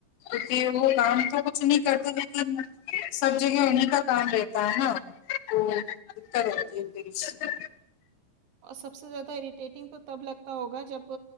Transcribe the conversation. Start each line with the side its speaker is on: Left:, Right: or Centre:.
Left: کیونکہ وہ کام تو کچھ نہیں کرتے لیکن سب جگہ انہیں کا کام رہتا ہے نا ہاں اتتا <unintelligible>
Right: سب سے زیادہ اریٹیٹنگ تو تب لگتا ہوگا جب